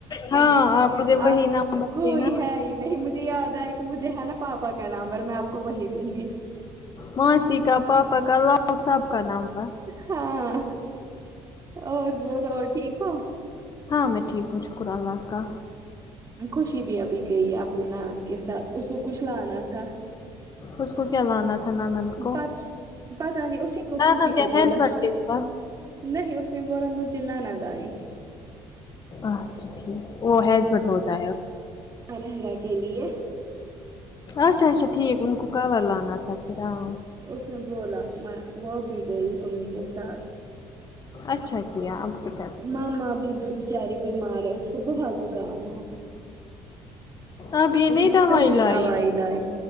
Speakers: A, on the left (about 40°); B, on the right (about 35°).
A: ہاں مجھے وہی
B: آپ
A: نمبر
B: کوئی
A: دینا
B: ہے ہی نہیں مجھے یاد ایا کی مجھے ہے نا پاپا کا نمبر اور میں آپ کو وہی دوں گی
A: ماسی کا پاپا کا لاو سب کا نمبر
B: ہاں اور بولو اور ٹھیک ہو
A: ہاں میں ٹھیک ہوں شکر اللہ کا
B: خوشی بھی ابھی گئی اپنی نانند کے ساتھ اس کو کچھ لانا تھا
A: اس کو کیا لانا تھا نانند کو
B: پت پتہ نہیں اسی کو
A: نانند
B: خوشی
A: یا
B: کو
A: ہسبینڈ
B: بولو
A: کے پاس
B: نہیں اس نے بولا مجھے نانند آئی
A: اچھا ٹھیک وہ ہے زیٹ ہوتا ہے
B: آ لہنگا کے لیے
A: اچھا اچھا ٹھیک ان کو کور لانا تھا پھر ہاں
B: اس نے بولا میں وہ بھی گئی انہیں کے ساتھ
A: اچھا کیا اب کیا کر
B: مما بھی گیی بچاری بیمار ہے اس کو بہت زکام ہے
A: اب یہ نہیں
B: اس نے
A: دوائی
B: پھر سے
A: لائی
B: دوائی لائی